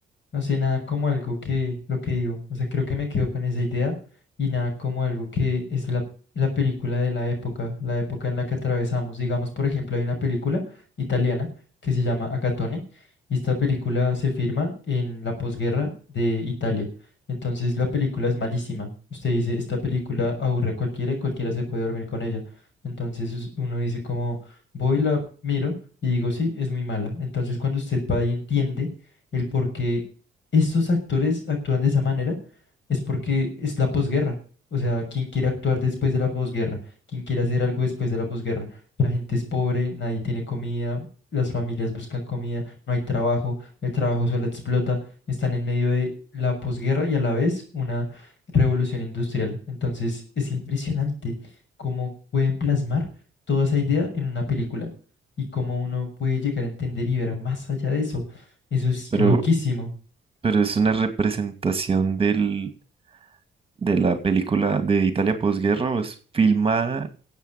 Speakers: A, on the left; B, on the right.
A: No sé, nada como algo que lo que digo. O sea, creo que me quedo con esa idea y nada como algo que es la, la película de la época, la época en la que atravesamos. Digamos, por ejemplo, hay una película italiana que se llama Acatone y esta película se firma en la posguerra de Italia. Entonces, la película es malísima. Usted dice, esta película aburre a cualquiera y cualquiera se puede dormir con ella. Entonces, us- uno dice como, voy, la miro y digo, sí, es muy mala. Entonces, cuando usted va y entiende el por qué estos actores actúan de esa manera es porque es la posguerra. O sea, ¿quién quiere actuar después de la posguerra? ¿Quién quiere hacer algo después de la posguerra? La gente es pobre, nadie tiene comida, las familias buscan comida, no hay trabajo, el trabajo solo explota, están en medio de la posguerra y a la vez una revolución industrial. Entonces, es impresionante cómo pueden plasmar toda esa idea en una película y cómo uno puede llegar a entender y ver más allá de eso. Eso es
B: Pero,
A: loquísimo.
B: pero es una representación del, de la película de Italia posguerra o es filmada